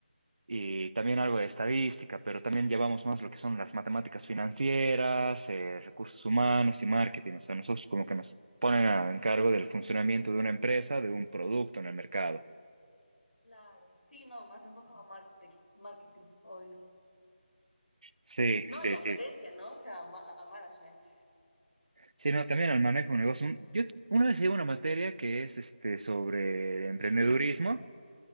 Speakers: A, on the right; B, on the left.
A: y también algo de estadística, pero también llevamos más lo que son las matemáticas financieras, eh, recursos humanos y marketing, o sea, nosotros como que nos ponen a encargo del funcionamiento de una empresa, de un producto en el mercado.
B: Claro, sí, no, más enfocado a marketing, marketing, obvio.
A: Sí,
B: No,
A: sí,
B: y a
A: sí.
B: gerencia, ¿no? O sea, a, ma- a management.
A: Sí, no, también al manejo de negocio. Un- Yo una vez llevo una materia que es este, sobre emprendedurismo